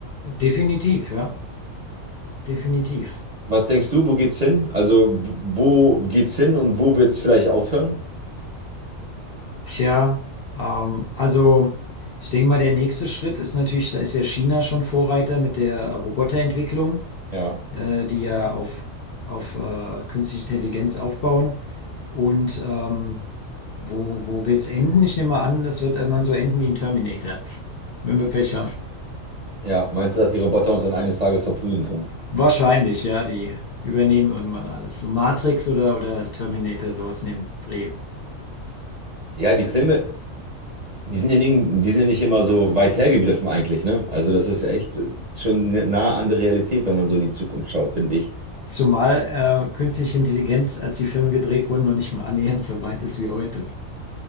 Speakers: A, on the left (about 55°); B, on the right (about 40°).
A: definitiv, ja, definitiv.
B: Was denkst du, wo geht's hin? Also, wo wo geht's hin und wo wird's vielleicht aufhören?
A: Tja, ähm, also ich denke mal, der nächste Schritt ist natürlich, da ist ja China schon Vorreiter mit der Roboterentwicklung,
B: Ja.
A: äh, die ja auf, auf äh, künstliche Intelligenz aufbauen. Und ähm, wo, wo wird's enden? Ich nehme mal an, es wird irgendwann so enden wie ein Terminator, wenn wir Pech haben.
B: Ja, meinst du, dass die Roboter uns dann eines Tages verprügeln können?
A: Wahrscheinlich, ja, die übernehmen irgendwann alles. So Matrix oder, oder Terminator, sowas in dem Dreh.
B: Ja, die Filme, die sind ja nicht, die sind ja nicht immer so weit hergegriffen eigentlich, ne? Also, das ist echt schon ne- nah an der Realität, wenn man so in die Zukunft schaut, finde ich.
A: Zumal äh, künstliche Intelligenz, als die Filme gedreht wurden, noch nicht mal annähernd so weit ist wie heute.